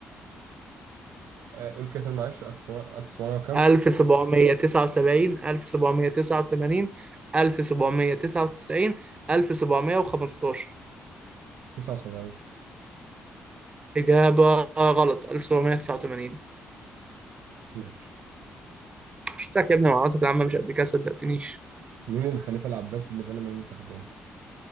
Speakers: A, on the right; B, on the right.
A: آه، قول كده تاني معلش 1700 1700 وكام
B: 1779 1789 1799 1715
A: 79
B: إجابة غلط 1789
A: ماشي
B: شفتك يا ابني معلوماتك العامة مش قد كده صدقتنيش
A: مين الخليفة العباسي اللي بنى مدينة بغداد؟